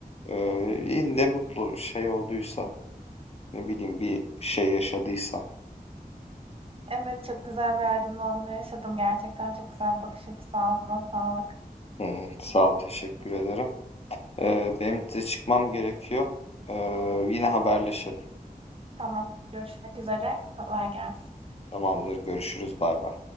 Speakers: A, on the left (about 45°); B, on the right (about 40°).
A: eee, iyi, ne mutlu şey olduysa ne bileyim bir şey yaşadıysa.
B: Evet çok güzel bir aydınlanma yaşadım. Gerçekten çok güzel bir bakış açısı. Ağzına sağlık.
A: Hı, sağ ol teşekkür ederim. Eee, benim de çıkmam gerekiyor. Eee, yine haberleşelim.
B: Tamam. Görüşmek üzere. Kolay gelsin.
A: Tamamdır görüşürüz bay bay.